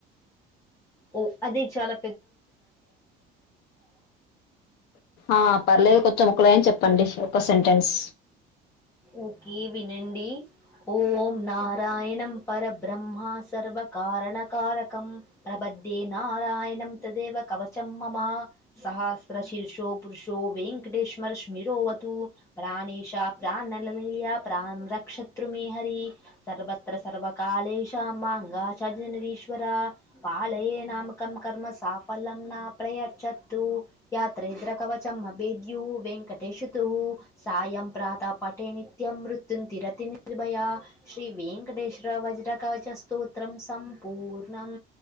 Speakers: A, on the left; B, on the left.
A: ఓ అది చాల
B: ఆ పర్లేదు కొంచెం ఒక లైన్ చెప్ చెప్పండి ఒక సెంటెన్స్
A: ఓకే వినండి ఓం నారాయణం పరబ్రహ్మ సర్వ కారణకారక కం ప్రబధే నారాయణం తదేవ కవచం మమా సహస్ర శీర్షో పురుషో వెంకటేశమర స్మిరోవతు ప్రాణేషాప్ ప్రా నలలీల ప్రాణ రక్షత్రృ మేహరి సత్ర సర్కాాలేశా మాంగా చజనిరీశ్వరా పాళయ నామకం కర్మ సాఫల్యం నా ప్రయచ్చత్తు యాత్రిద్రకవచం అభేద్యు వెంకటేేశుతు సాయం ప్రాతప్ పటే నిత్యం మృత్యుం తిరతి నిర్భయ శ్రీ వెేంకటేశ్వర వజ్రకవచ స్తోత్రం సంపూర్ణం